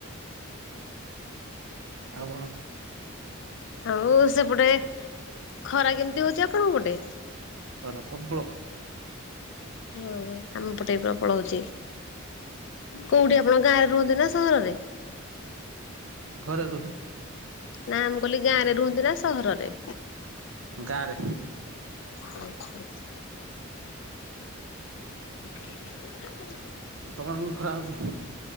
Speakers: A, on the right; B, on the left.
A: ଆଉ କଣ?
B: ଆଉ ସେପଟେ ଖରା କେମିତି ହଉଚି ଆପଣଙ୍କ ପଟେ?
A: ଖରା ପବଳ।
B: ହଁ ଭେ ଆମ ପଟେ ପ୍ରବଳ ହଉଚି। କୋଉଠି ଆପଣଙ୍କ ଗାଁରେ ରୁହନ୍ତି ନା, ସହରରେ?
A: ଘରେ ରୁହେ।
B: ନା, ମୁଁ କଇଲି ଗାଁରେ ରୁହନ୍ତି ନା ସହରରେ?
A: ଗାଁରେ।
B: ଉଁ ହୁଁ। <inaudible>
A: ତମର ବି ଖରା ହଉଚି?